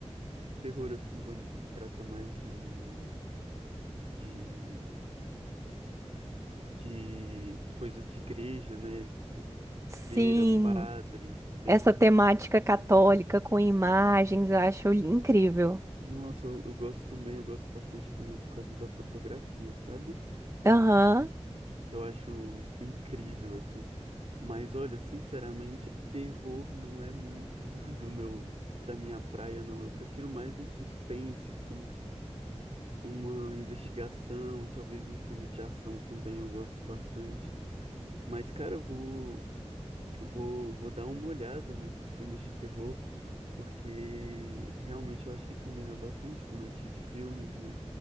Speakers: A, on the right; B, on the right.
A: terror assim quando- que trata mais de, de, de coisas de igreja, né?
B: Sim.
A: Freira, padre, exorcismo.
B: Essa temática católica com imagens, eu acho incrível.
A: Nossa, eu, eu gosto também, eu gosto bastante também por causa da fotografia, sabe?
B: Aham,
A: Eu acho incrível, assim. Mas olha, sinceramente, terror não é muito do, <laughs> do meu, da minha praia, não. Eu prefiro mais um suspense, assim, uma investigação, talvez um filme de ação também eu gosto bastante. Mas, cara, vou, vou, vou dar uma olhada nesses filmes de terror, porque realmente eu acho que combina bastante com o notícia de filmes, né?